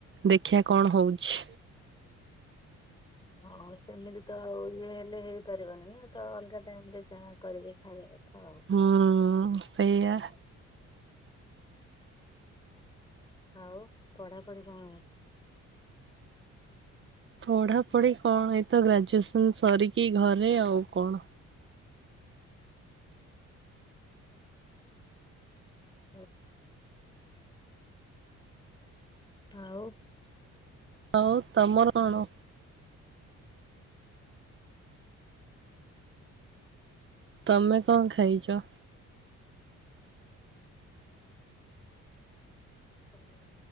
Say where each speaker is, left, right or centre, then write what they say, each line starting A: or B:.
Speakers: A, on the right; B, on the left.
A: ଦେଖିିବା କଣ ହଉଛି
B: ହଁ ସେମିତି ତ ଆଉ ଇଏ ହେଲେ ହେଇପାରିବନି ନା ତ ଅଲଗା ଟାଇମ ରେ ଯାହା କରିକି ଖାଇବା କଥା ଆଉ।
A: ହୁଁ ସେଇୟା
B: ଆଉ ପଢ଼ାପଢ଼ି କଣ ହଉଛି
A: ପଢାପଢି କଣ ଏଇତ ଗ୍ରାଜୁଏସନ ସାରିକି ଘରେ ଆଉ କଣ
B: ଓ ହୋ ଆଉ
A: ହଉ ତମର କଣ ତମେ କଣ ଖାଇଛ
B: ହାଲୋ